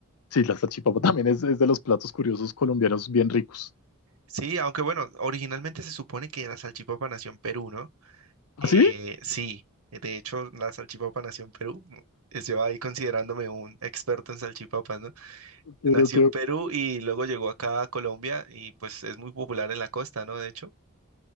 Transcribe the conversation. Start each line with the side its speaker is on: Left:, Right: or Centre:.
Left: Sí, la salchipapa también es, es de los platos curiosos colombianos bien ricos.
Right: Sí, aunque bueno, originalmente se supone que la salchipapa nació en Perú, ¿no?
Left: ¿Ah,
Right: Eh,
Left: sí?
Right: sí, de hecho, la salchipapa nació en Perú. Es Yo ahí considerándome un experto en salchipapas, ¿no?
Left: Ok,
Right: Nació
Left: ok,
Right: en Perú
Left: ok.
Right: y luego llegó acá a Colombia y pues es muy popular en la costa, ¿no? De hecho,